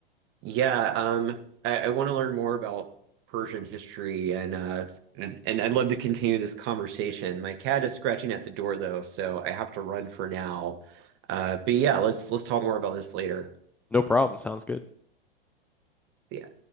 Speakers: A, on the right; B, in the centre.
A: yeah, um I, I want to learn more about Persian history and uh and, and I'd love to continue this conversation. My cat is scratching at the door though, so I have to run for now. Uh but yeah, let's let's talk more about this later.
B: No problem, sounds good.
A: Yeah.